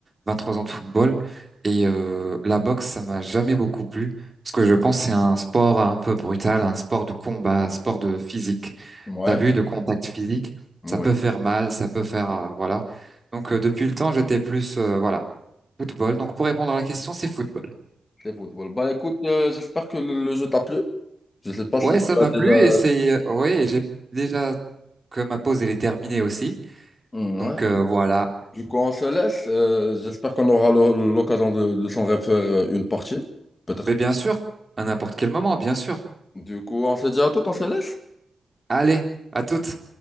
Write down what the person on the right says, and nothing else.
23 ans de football. Et euh, la boxe, ça m'a jamais beaucoup plu. Parce que je pense que c'est un sport un peu brutal, un sport de combat, un sport de physique.
T'as vu, de contact physique,
ça peut faire mal, ça peut faire, euh, voilà. Donc, euh, depuis le temps, j'étais plus, euh, voilà, football. Donc, pour répondre à la question, c'est football.
Ouais,
ça
m'a
plu et c'est euh, ouais, et j'ai déjà que ma pause elle est terminée aussi.
Donc
euh, voilà.
Mais bien sûr, à n'importe quel moment, bien sûr.
Allez, à toutes.